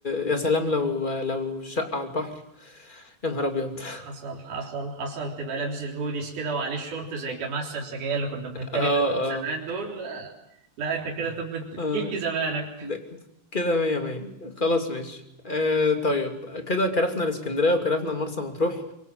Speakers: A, on the left; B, on the right.
A: يا سلام لو لو شقة على البحر يا نهار أبيض <laughs>
B: حصل حصل حصل تبقى لابس الهوديز كده وعليه الشورت زي الجماعه السرسجيه اللي كنا بنتريق
A: اه
B: عليهم زمان
A: اه
B: دول آه، لا انت كده طب
A: <laughs> اه
B: كينج زمانك
A: ده كده مية مية خلاص ماشي آه طيب كده كرفنا الاسكندرية وكرفنا المرسى مطروح